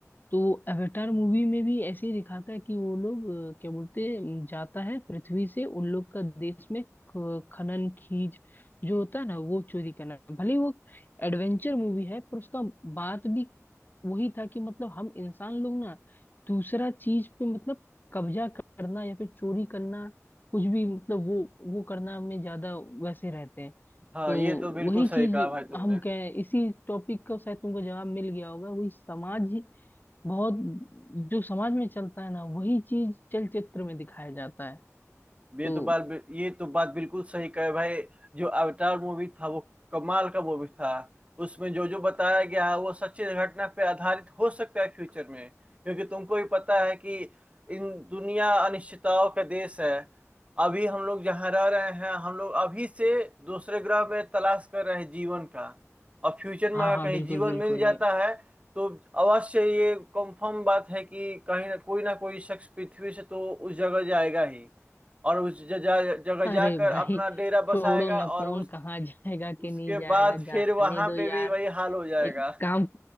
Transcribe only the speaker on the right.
हाँ
ये तो बिल्कुल
सही
कहा भाई तुमने
ये
तो बात बि- ये तो बात बिल्कुल सही कहे भाई जो अवतार मूवी था वो कमाल का मूवी था उसमें जो जो बताया गया है वो सच्ची घटना पे आधारित हो सकता है फ्यूचर में क्योंकि तुमको भी पता है कि इन दुनिया अनिश्चितताओं का देश है अभी हम लोग जहाँ रह रहे हैं हम लोग अभी से दूसरे ग्रह में तलाश कर रहे हैं जीवन का और फ्यूचर
में अगर
कहीं
जीवन
मिल जाता
है तो अवश्य ये कंफर्म बात है कि कहीं ना कोई ना कोई शख्स पृथ्वी से तो उस जगह जाएगा ही और उस जगह जगह
जाकर
अपना डेरा
बसाएगा
और
उस
उसके
बाद
फिर वहां
पे
भी वही हाल हो जाएगा